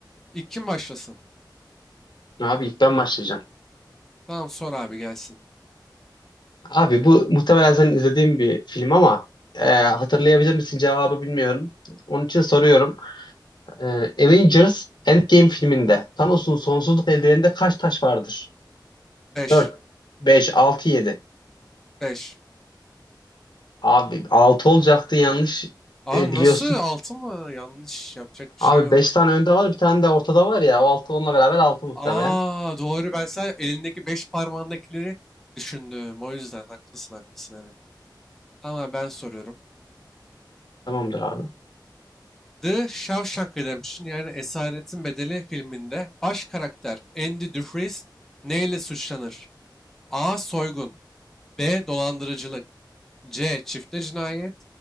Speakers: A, in the centre; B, on the left (about 70°).
A: İlk kim başlasın?
B: Abi ilk ben başlayacağım.
A: Tamam sor abi gelsin.
B: Abi bu muhtemelen senin izlediğin bir film ama e, hatırlayabilir misin cevabı bilmiyorum. Onun için soruyorum. E, Avengers Endgame filminde Thanos'un sonsuzluk eldiveninde kaç taş vardır?
A: 5,
B: 4, 5, 6, 7.
A: 5.
B: Abi 6 olacaktı yanlış
A: Abi
B: e, biliyorsun.
A: nasıl 6 mı? Yanlış yapacak bir
B: Abi
A: şey yok.
B: 5 tane önde var bir tane de ortada var ya. O altı onunla beraber 6 muhtemelen.
A: Aa doğru ben sadece elindeki 5 parmağındakileri düşündüm. O yüzden haklısın haklısın evet. Tamam abi ben soruyorum.
B: Tamamdır abi.
A: The Shawshank Redemption yani Esaretin Bedeli filminde baş karakter Andy Dufresne neyle suçlanır? A. Soygun B. Dolandırıcılık C. Çifte cinayet